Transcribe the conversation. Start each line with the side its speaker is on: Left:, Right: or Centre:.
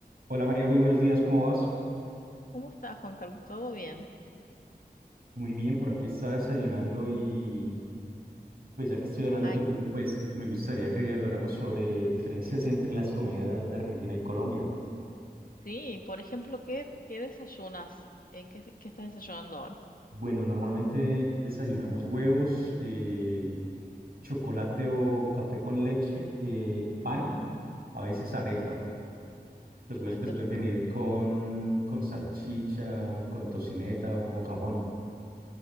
Right: Hola María, muy buenos días, ¿cómo vas?
Left: ¿Cómo estás, Juan Carlos? ¿Todo bien?
Right: Muy bien, por aquí estaba desayunando y pues ya que estoy hablando
Left: Ay,
Right: contigo, pues que- me gustaría que dialogáramos sobre <laughs> diferencias entre las comidas de Argentina y Colombia.
Left: sí, por ejemplo, ¿qué, qué desayunas? ¿En qué, qué estás desayunando ahora?
Right: Bueno, normalmente desayunamos huevos, eh, chocolate o café con leche, eh, pan, a veces arepa.
Left: Ujú,
Right: Los huevos
Left: Ay,
Right: pues
Left: qué
Right: pueden
Left: rico.
Right: venir con, con salchicha, con tocineta o con jamón.